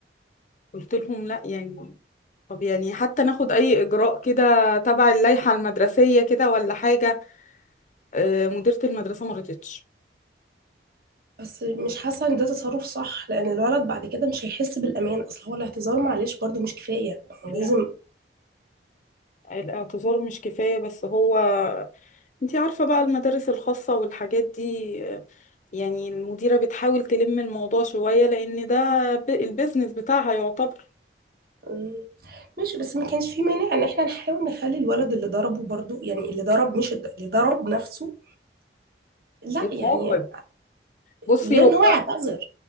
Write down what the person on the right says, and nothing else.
بس مش حاسه ان ده تصرف صح لان الولد بعد كده مش هيحس بالامان اصل هو الاعتذار معلش برضه مش كفايه ما
هو لازم
مم، ماشي بس ما كانش في مانع ان احنا نحاول نخلي الولد اللي ضربه برضه يعني اللي ضرب مش الد- اللي ضرب نفسه لا
يعني
غير
ان هو يعتذر